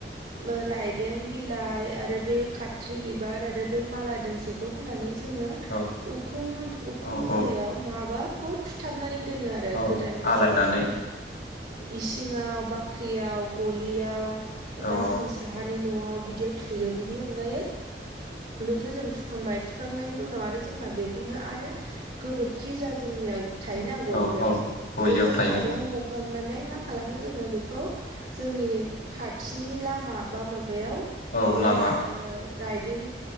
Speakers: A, on the right; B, on the left.
A: ओ रायदों बिलाइ आरो बे खाथ्रि बिबार आरो बे माला दोंसेखौ होनानै जोङो
B: औ
A: उखुम उखुम
B: औ
A: मुदायाव
B: औ
A: माबाखौ थु थुथाबनानै दोनो आरो
B: औ
A: गोदान बोसोराव
B: आलायनानै
A: माने इसिङाव बा ख्रियाव गलियाव
B: औ
A: बा
B: औ
A: जोंनि साहानि न'वावनो बिदियाव थुयो बिनि अनगायै बेथ' जों थुखांबाय थुखांनायनि उनाव आरो जोंहा बेखौनो आरो गोबोरखि जा जोंनिया थायोना गलियाव
B: औ औ गलियाव
A: बेखौ
B: थायो
A: खादायाव
B: औ
A: हखांनानै मा खालामो जोङो बेखौ जोंनि खाथिनि लामा बा माबायाव
B: औ
A: बे
B: लामा
A: रा राइदों